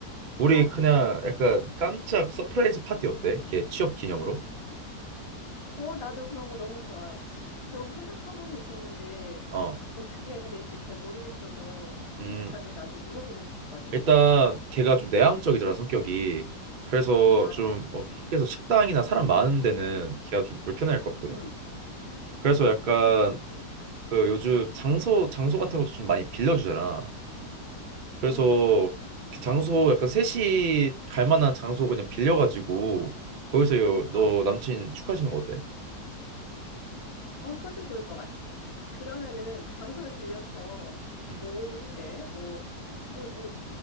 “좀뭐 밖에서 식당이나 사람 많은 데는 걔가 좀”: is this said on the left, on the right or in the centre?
Right